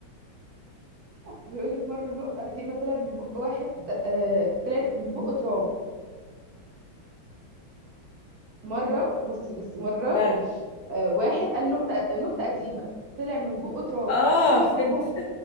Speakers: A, on the right; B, on the left.
A: بيقول لك مره النقطه قديمه طلع من بق واحد آه طلعت من بق تراب مره بصي بصي مره
B: اه
A: آه واحد قال نقطه نقطه قديمه طلع من بق تراب
B: اه
A: سخيفه
B: فهمت
A: موت